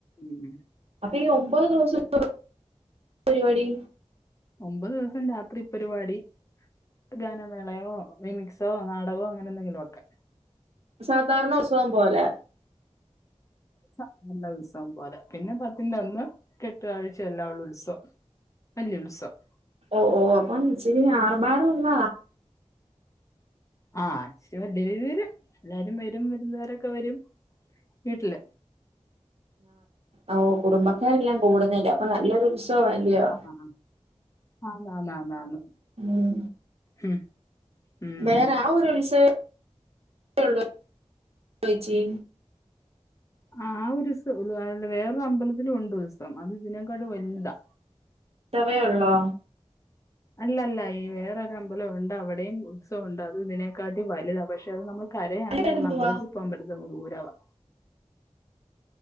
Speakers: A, on the left (about 25°); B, on the right (about 60°).
A: ഉം
B: അപ്പൊ ഈ ഒമ്പത് ദിവസം എന്തുവാ പരിപാടി
A: ഒമ്പത് ദിവസം രാത്രി പരിപാടി ഗാനമേളയോ മിമിക്സോ നാടകമോ അങ്ങനെ എന്തെങ്കിലുമൊക്കെ
B: സാധാരണ ഉത്സവം പോലെ
A: സാധാരണ ഉത്സവം പോലെ പിന്നെ പത്തിന്റെ അന്ന് കെട്ടുകഴ്ചായേല്ലാ ഉള്ള ഉത്സവം വല്ല്യ ഉൽസവം
B: ഓ ഓ അപ്പൊച്ചിരി ആർഭാടൊള്ള
A: ആഹ് ഇച്ചരി വലിയ രീതിയില് എല്ലാരും വരും വിരുന്നുകാരൊക്കെ വരും വീട്ടില്
B: ആ ഓ കുടുംബക്കാരെല്ലാം കൂടുന്നില്ല അപ്പൊ നല്ലൊരു ഉത്സവല്ലയോ
A: ആ ആന്നാന്നാന്നാന്ന്
B: ഉം
A: ഉം ഉം
B: വേറെ ആ ഒരു ഉത്സവള്ളൊ ചേച്ചി
A: ആ ആ ഒരു ഉത്സവുള്ളൂ വേറെ അമ്പലത്തിലും ഉണ്ട് ഉത്സവം അത് ഇതിനേക്കാളും വലുതാ
B: അത്രയേള്ളോ
A: അല്ലല്ല ഈ വേറൊരു അമ്പലൊണ്ട് അവിടെയും ഉത്സവുണ്ട് അത് ഇതിനെക്കാട്ടി വലുതാ പക്ഷെ അത് നമ്മൾ കരയാന്നേ
B: അതിന്റെ പേര്
A: ഉള്ളു
B: എന്തുവാ?
A: അമ്പലത്തിൽ പോകമ്പറ്റത്തില്ല അങ്ങ് ദൂരവാം